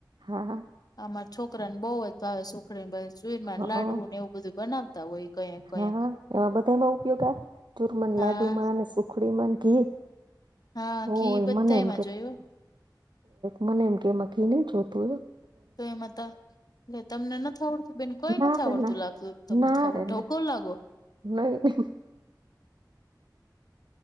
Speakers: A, on the right (about 80°); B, on the left (about 55°).
A: હા હા
B: આમારા છોકરાને બહવ જ ભાવે સુખડીને જુઈર
A: હા
B: લાડુ ને એવું બધું બનાવતા હોય. કઈક કઈક.
A: હા એમાં બધા એમાં ઉપયોગ આવે ચુરમાંન
B: હા
A: લાડુ માં અને સુખડી ઘી
B: હા
A: હોય
B: ઘી બધતા
A: મને એમ
B: એમાં
A: કે
B: જોયુ.
A: મને એમ કેમાં કી ન જોતુ
B: તો એમાં હતા એટ તમને ન થ આવડતું બેન કઈ
A: ના
B: નથી
A: રે
B: આવડતું
A: ના
B: લાગતું તમે
A: ના
B: ખાવો
A: રે
B: ઢવકો
A: ના
B: લાગો.
A: નહી નહી